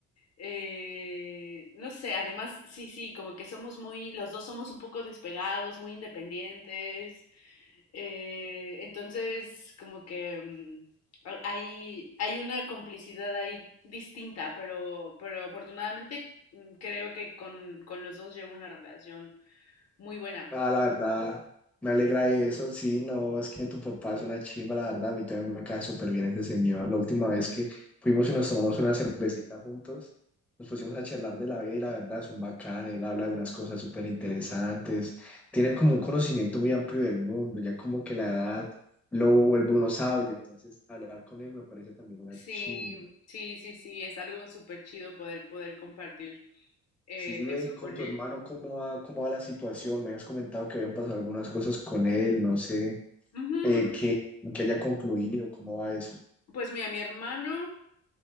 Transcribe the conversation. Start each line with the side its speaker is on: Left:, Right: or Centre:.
Left: eh, no sé, además, sí, sí, como que somos muy, los dos somos un poco despegados, muy independientes. Eh, entonces, como que mm, a- hay, hay una complicidad ahí distinta, pero, pero afortunadamente mm, creo que con, con los dos llevo una relación muy buena.
Centre: Ah, la verdad, me alegra eso. Sí, no, es que tu papá es una chimba, la verdad. A mí también me cae súper bien ese señor. La última vez que fuimos y nos tomamos una cervecita juntos, nos pusimos a charlar de la vida y la verdad es un bacán. Él habla de unas cosas súper interesantes. Tiene como un conocimiento muy amplio del mundo, ya como que la edad lo vuelve uno sabio. Entonces, hablar con él me parece también una
Left: Sí,
Centre: chimba.
Left: sí, sí, sí, es algo súper chido poder, poder compartir eh,
Centre: Sí, ve,
Left: eso
Centre: y con
Left: con
Centre: tu
Left: él.
Centre: hermano, ¿cómo va, cómo va la situación? Me habías comentado que habían pasado algunas cosas con él, no sé,
Left: Ujú.
Centre: eh, que, que haya concluido, ¿cómo va eso?
Left: Pues mira, mi hermano